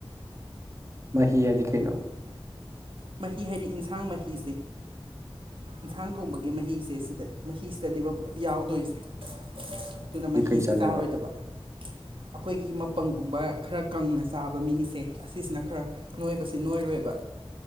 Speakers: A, on the right; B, on the right.
A: ꯃꯍꯤ ꯍꯥꯢꯗꯤ ꯀꯩꯅꯣ
B: ꯃꯍꯤ ꯍꯥꯢꯗꯤ ꯢꯟꯁꯥꯡ ꯃꯍꯤꯁꯦ ꯌꯦꯟꯁꯥꯡ ꯊꯣꯡꯕꯒꯤ ꯃꯍꯤꯁꯦ ꯁꯤꯗ ꯃꯍꯤꯁꯤꯗꯅꯦꯕ ꯄꯨꯂꯞ ꯌꯥꯎꯗꯣꯢꯁꯦ ꯑꯗꯨꯅ
A: ꯍꯧꯖꯤꯛ
B: ꯃꯍꯤꯁꯦ
A: ꯀꯩ ꯆꯥꯗꯣꯏꯕ
B: ꯆꯥꯔꯣꯢꯗꯕ ꯑꯩꯈꯣꯢꯒꯤ ꯃꯄꯪꯒꯨꯝꯕ ꯈꯔ ꯀꯪꯅ ꯆꯥꯕ ꯃꯤꯁꯦ ꯑꯁꯤꯁꯤꯅ ꯈꯔ ꯅꯣꯏꯕꯁꯤ ꯅꯣꯢꯔꯣꯢꯕ